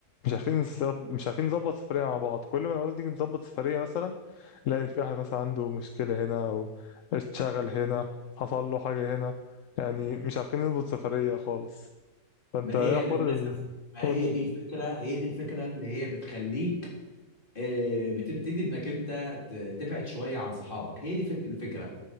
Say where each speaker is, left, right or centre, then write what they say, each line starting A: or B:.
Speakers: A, on the left; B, on the left.
A: مش عارفين نس- مش عارفين نظبط سفرية مع بعض كل ما نعوز نيجي نظبط سفرية مثلا نلاقي في واحد مثلا عنده مشكلة هنا أو اتشغل هنا حصل له حاجة هنا يعني مش عارفين نظبط سفرية خالص فأنت
B: ما
A: إيه
B: هي
A: أخبار
B: للاسف
A: ال
B: ما
A: قول
B: هي دي الفكره هي دي الفكره اللي هي بتخليك آه، بتبتدي انك انت ت- تبعد شويه عن صحابك هي دي فك- الفكره